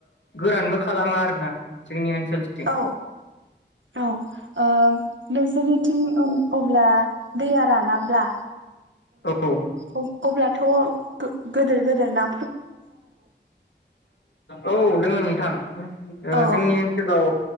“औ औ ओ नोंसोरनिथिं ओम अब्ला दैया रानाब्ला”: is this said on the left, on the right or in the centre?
Right